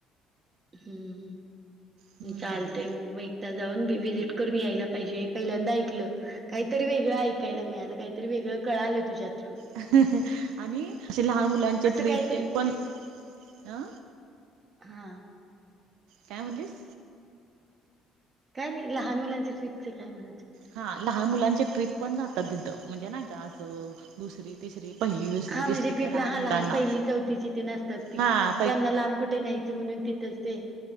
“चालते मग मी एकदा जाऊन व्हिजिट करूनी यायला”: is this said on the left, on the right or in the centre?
Right